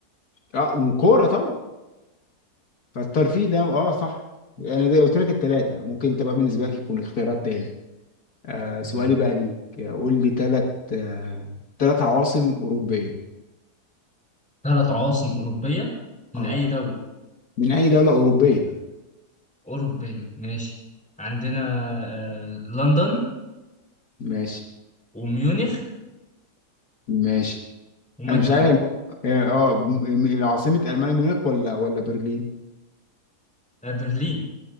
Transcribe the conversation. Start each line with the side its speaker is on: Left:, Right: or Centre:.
Left: اه كوره طبعا فالترفيه ده اه صح يعني زي قلت لك الثلاثه ممكن انت بقى بالنسبه لك يكون اختيارات تاني آه سؤالي
Centre: يعني
Left: بقى ليك آه، قول لي ثلاث آه ثلاث عواصم اوروبيه
Centre: ثلاث عواصم أوروبية من
Left: اه
Centre: أي دولة
Left: من اي دولة أوروبية
Centre: أوروبية ماشي عندنا آه لندن
Left: ماشي
Centre: وميونخ
Left: ماشي
Centre: ومدريد
Left: انا مش عارف هي مو- اه آه، م- م- العاصمة ألمانيا ميونخ ولا ولا برلين
Centre: آه برلين